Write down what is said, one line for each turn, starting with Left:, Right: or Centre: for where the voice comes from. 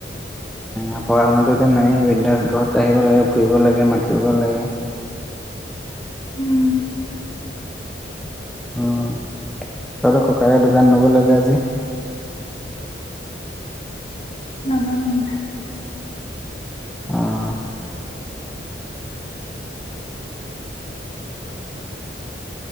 Centre: অ পঢ়া শুনাটো এতিয়া নাই, বিন্দাস ঘৰত আহিব লাগে, ফুৰিব লাগে, মাতিব লাগে।
Left: উম।
Centre: অঁ তহঁতৰ ককাইৰে দোকান নগ'লে যে আজি?
Left: নাজানো মই।
Centre: অঁ।